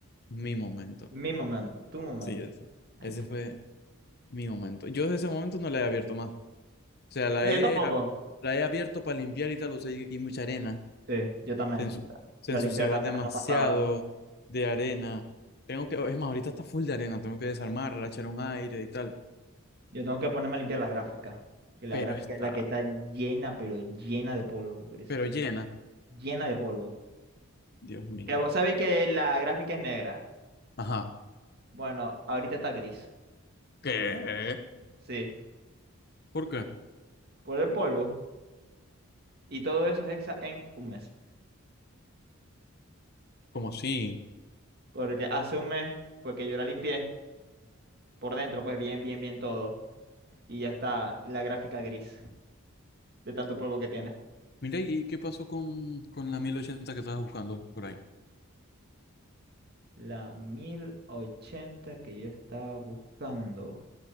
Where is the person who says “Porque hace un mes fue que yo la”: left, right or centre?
Right